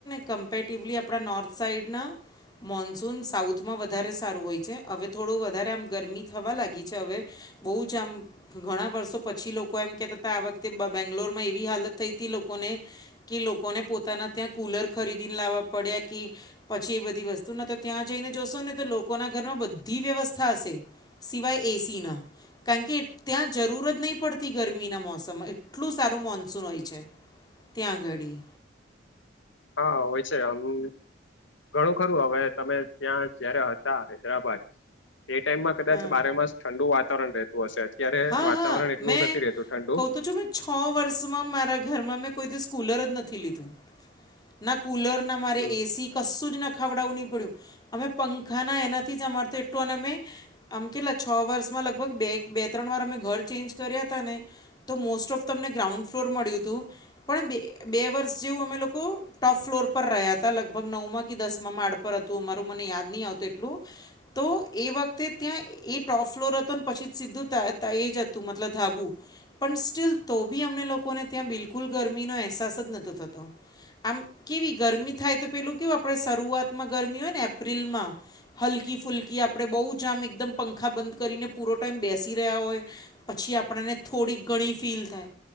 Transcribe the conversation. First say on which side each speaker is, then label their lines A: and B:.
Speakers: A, on the left; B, on the left.
A: કમ્પેરેટિવલી આપણા નોર્થ સાઈડના મોન્સૂન સાઉથમાં વધારે સારું હોય છે હવે થોડું વધારે આમ ગરમી થવા લાગી છે હવે બોવ જ આમ ઘણા વર્ષો પછી લોકો એમ કેતા તા આ વખતે બેંગ્લોર માં એવી હાલત થઈ તી લોકોને કે લોકોને પોતાના ત્યાં કૂલર ખરીદીને લાવવા પડિયા કી પછી એ બધી વસ્તુના તો ત્યાં જઈને જોશો ને તો લોકોના ઘરમાં બધી વ્યવસ્થા હશે સિવાય એસીના કારણ કે ત્યાં જરૂર જ નઈ પડતી ગરમીના મોસમમાં એટલું સારું મોન્સૂન હોય છે. ત્યાં આગળી
B: હા હોય છે આવું ઘણું ખરું હવે તમે ત્યાં જયારે હતા હૈદરાબાદ એ ટાઈમમાં કદાચ
A: હા
B: બારે માસ ઠંડુ વાતાવરણ રહ હશે અત્યારે
A: હા
B: વાતાવરણ
A: હા
B: એટલું
A: મેં
B: નથી રેતું ઠંડુ
A: કહું તો છું મેં છ વર્ષમાં મારા ઘરમાં મેં કોઈ દિવસ સ્કૂલર જ નથી લીધું. ના કુલર ના મારે
B: હમ
A: એસી કશું જ ન નાખવડાવું નહીં પડ્યું અમે પંખાના એનાથી જ અમાર એટલું અને અમે આમ કેટલા છ વર્ષમાં લગભગ બે બે ત્રણ વાર અમે ઘર ચેન્જ કર્યા તાને તો મોસ્ટ ઓફ તમને ગ્રાઉન્ડ ફ્લોર મળ્યું તું પણ બે વર્ષ જેવું અમે લોકો ટોપ ફ્લોર પર રહ્યા તા લગભગ નવમાં કે દસ માં માળ પર હતું અમારું મને યાદ ની આવતું એટલું તો એ વખતે ત્યાં એ ટોપ ફ્લોર હતો ને પછી જ સીધું <unintelligible> એ જ હતું મતલબ ધાબું પણ સ્ટીલ તો બી અમને લોકોને ત્યાં બિલકુલ ગરમીનો અહેસાસ જ નતો થતો આમ કેવી ગરમી થાય તો પેલું કેવું આપણે શરૂઆતમાં ગરમી હોય ને એપ્રિલમાં હલકી ફુલકી આપણે બહુ જામ એકદમ પંખા બંધ કરીને પૂરો ટાઈમ બેસ બેસી રહ્યા હોય પછી આપણને થોડી ઘણી ફીલ થાય